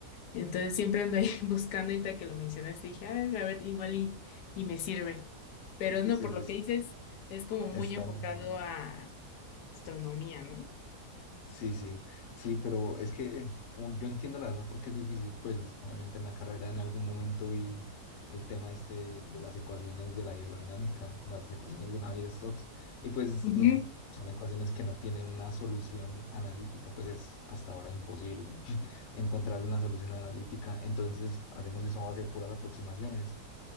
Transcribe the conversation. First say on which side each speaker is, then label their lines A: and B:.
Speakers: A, on the left; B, on the left.
A: Entonces siempre ando ahí <laughs> buscando ahorita que lo mencionaste, dije, "Ay, a ver, igual y, y me sirve. Pero
B: y te
A: no,
B: sirve,
A: por lo que
B: sí,
A: dices, es como muy
B: está
A: enfocado
B: muy...
A: a astronomía, ¿no?
B: Sí, sí, sí, pero es que um, yo entiendo la verdad porque es difícil, pues obviamente en la carrera en algún momento vi el tema este de las ecuaciones de la hidrodinámica, las ecuaciones de Navier-Stokes, y pues
A: Ujú.
B: mm, son ecuaciones que no tienen una solución analítica, pues es hasta ahora imposible <laughs> encontrar una solución analítica, entonces hacemos eso a base de puras aproximaciones.